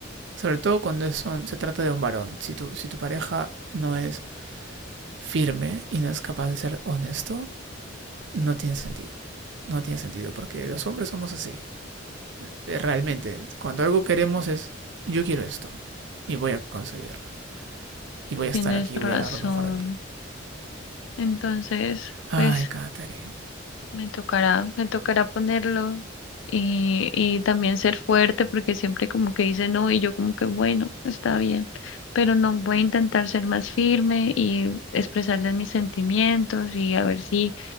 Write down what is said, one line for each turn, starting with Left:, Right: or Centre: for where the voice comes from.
Right: sobre todo cuando es un- se trata de un varón, si tu, si tu pareja no es firme y no es capaz de ser honesto, no tiene sentido. No tiene sentido, porque los hombres somos así. Eh, Realmente, cuando algo queremos es, yo quiero esto y voy a conseguirlo. Y voy a
Left: Tienes
Right: estar aquí
Left: razón.
Right: y voy a dar lo mejor de mí.
Left: Entonces,
Right: Ay,
Left: pues
Right: Katherine.
Left: me tocará, me tocará ponerlo y, y también ser fuerte porque siempre como que dice no y yo como que bueno, está bien, pero no voy a intentar ser más firme y expresarle mis sentimientos y a ver si